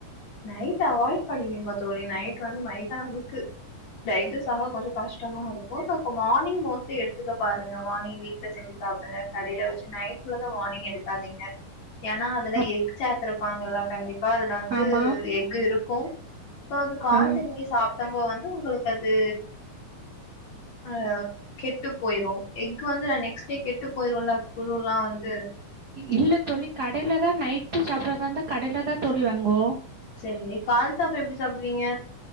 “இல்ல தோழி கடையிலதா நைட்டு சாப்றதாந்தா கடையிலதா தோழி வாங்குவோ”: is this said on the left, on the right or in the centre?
Right